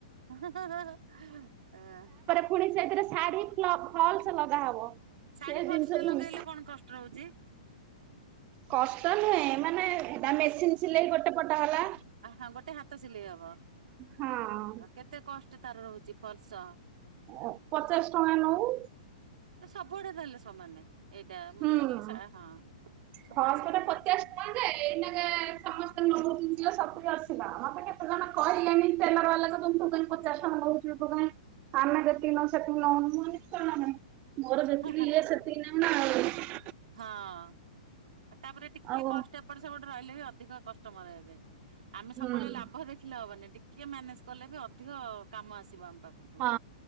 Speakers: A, on the right; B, on the right.
A: <unintelligible>
B: ଫୁଣି ସେଇଥ୍ରେ ଶାଢ଼ୀ ପ୍ଲପ୍, ଫଲ୍ସ ଲଗା ହବ।
A: ଶାଢୀ
B: ସେ
A: ଫଲସ
B: ଜିନ୍ଷ
A: ଟେ
B: ଘୁମ୍
A: ଲଗେଇଲେ କଣ କଷ୍ଟ ରହୁଛି
B: କଷ୍ଟ ନୁହେଁ, ମାନେ ହେଟା ମେସିନି ସିଲେଇ ଗୋଟେ ପଟ ହେଲା।
A: ଆହା, ଗୋଟେ ହାତ ସିଲେଇ ହବ,
B: ହଁ
A: କେତେ କଷ୍ଟ୍ ତାର ରହୁଚି ଫଲ୍ସ?
B: ଅ ପଚାଶ୍ ଟଙ୍କା ନଉ।
A: ଏ ସବୁଆଡେ ତାହେଲେ ସମାନେ ଏଇଟା, ମୁଁ
B: ହୁଁ
A: ଦେଖିଲି ସା ହଁ। ସବୁଆଡେ
B: ଫଲସ
A: ସମାନ
B: ଟା ପଚାଶ୍
A: ଅଛି
B: ଟଙ୍କା ଯେ, ଏଇନାକେ ସମସ୍ତେ ନଉଛନ୍ତି ସତୁରୀ ଅଶୀ। ହଁ ମତେ କେତେ ଜଣ କହିଲେଣିି ଟେଲର ବାଲା ତ <unintelligible> ପଚାଶ୍ ଟଙ୍କା <unintelligible> <unintelligible> ଆମେ ଯେତିକି ନୋଉ ସେତିକି ନଉନୁ, ମୁଁ କହିଲି କଣ ପାଇଁ ମୋର ଯେତିକି
A: ହଁ ହଁ।
B: ଇଏ ସେତିକି ନେମିନା ଆଉ।
A: ହଁ, ତାପରେ ଟିକେ
B: ଆଉ
A: କଷ୍ଟ୍ ଏପଟ୍ ସେପଟ୍ ରହିଲେ ବି ଅଧିକ କଷ୍ଟମର ହେବେ। ଆମେ ସବୁବେଳେ
B: ହୁଁ
A: ଲାଭ ଦେଖିଲେ ହବନି, ଟିକେ ମ୍ୟାନେଜ୍ କଲେ ବି ଅଧିକ କାମ ଆସିବ ଆମ ପାଖକୁ।
B: ହଁ।